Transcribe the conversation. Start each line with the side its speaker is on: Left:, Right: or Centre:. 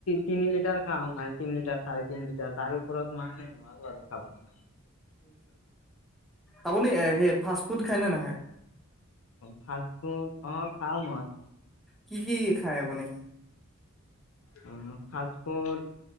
Left: তিনি লিটাৰ খাওঁ মানে তিনি লিটাৰ চাৰে তিনি লিটাৰ তাৰ ওপৰত মানে <unintelligible>
Centre: আপুনি সেই ফাষ্ট ফুড খায়নে নাখায়?
Left: ফাষ্ট ফুড অ খাও মই।
Centre: কি কি খাই আপুনি?
Left: অ ফাষ্ট ফুড